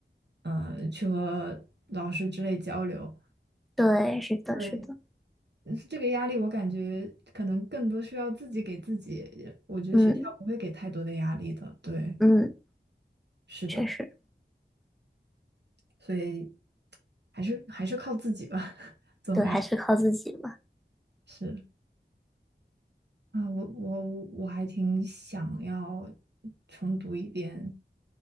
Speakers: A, on the right; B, in the centre.
A: 呃去和老师之类交流。
B: 对，是的，
A: 对。
B: 是的，
A: 是这个压力，我感觉可能更多需要自己给自己。我觉得学校不会给太多的压力的，
B: 嗯
A: 对，
B: 嗯，
A: 是的，
B: 确实，
A: 所以还是还是靠自己吧。<laughs> 总而言
B: 对，还是靠自己嘛。
A: 之，啊，我我我还挺想要重读一遍